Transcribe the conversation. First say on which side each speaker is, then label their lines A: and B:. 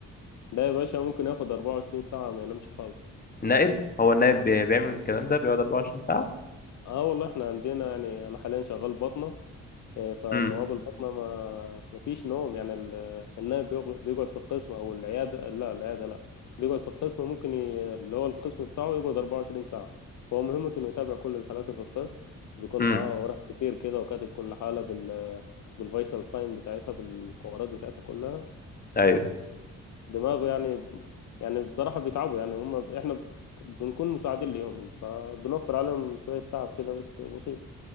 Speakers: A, on the left (about 60°); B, on the left (about 25°).
A: ده يا باشا ممكن ياخد 24 ساعة ما ينامش خالص
B: نائب هو النائب بي- بيعمل الكلام ده بيقعد 24 ساعة
A: اه والله احنا عندنا يعني انا حاليا شغال بطنة اه، فالنواب
B: امم
A: البطنة ما ما فيش نوم يعني ال- النائب بيغ- بيقعد في القسم او العيادة لا العيادة لا بيقعد في القسم ممكن ي... اللي هو القسم بتاعه يقعد 24 ساعة فهو مهمته انه يتابع كل الحالات اللي في القسم بيكون
B: امم
A: معاه ورق كتير كده وكاتب كل حالة بال بالفيتال ساين بتاعتها بالحوارات بتاعتها كلها
B: ايوه
A: دماغه يعني يعني بصراحة بيتعبوا يعني هم احنا بنكون مساعدين ليهم فبنوفر عليهم شوية تعب كده بس بسيط